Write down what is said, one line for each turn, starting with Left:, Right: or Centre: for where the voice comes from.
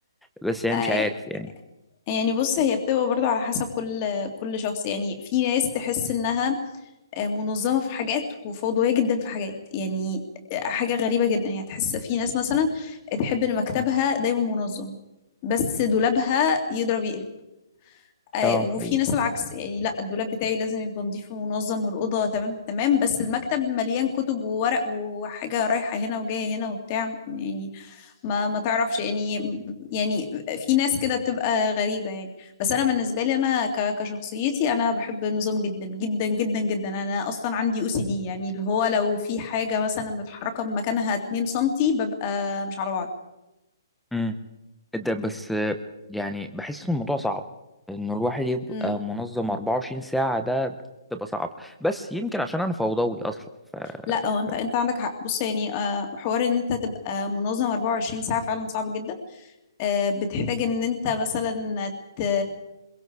Centre: بس يعني
Left: <laughs>
Centre: مش عارف يعني
Left: يعني بص هي بتبقى برضو على حسب كل كل شخص يعني في ناس تحس انها آه، منظمة في حاجات وفوضوية جدا في حاجات يعني آه، حاجة غريبة جدا يعني تحس في ناس مثلا تحب ان مكتبها
Centre: مم.
Left: دايما منظم بس دولابها يضرب يقلب آه،
Centre: اه
Left: وفي
Centre: حقيقي
Left: ناس العكس يعني لا الدولاب بتاعي لازم يبقى نظيف ومنظم والأوضة تمام تمام بس المكتب مليان كتب وورق وحاجة رايحة هنا وجاية هنا وبتاع يعني ما ما تعرفش يعني يعني في ناس كده بتبقى غريبة يعني بس أنا بالنسبة لي أنا ك- كشخصيتي أنا بحب النظام جدا جدا جدا جدا أنا أصلا عندي أو سي دي يعني اللي هو لو في حاجة مثلا متحركة من مكانها 2 سنتي ببقى مش على
Centre: امم ده بس آه، يعني بحس ان الموضوع صعب انه الواحد يبقى
Left: بعض
Centre: منظم 24 ساعة ده بتبقى صعبة بس يمكن عشان انا فوضوي اصلا ف
Left: لا هو انت
Centre: ف-
Left: انت عندك حق بص يعني آه، حوار ان انت تبقى منظم 24 ساعة فعلا صعب جدا آه، بتحتاج ان انت مثلا ت...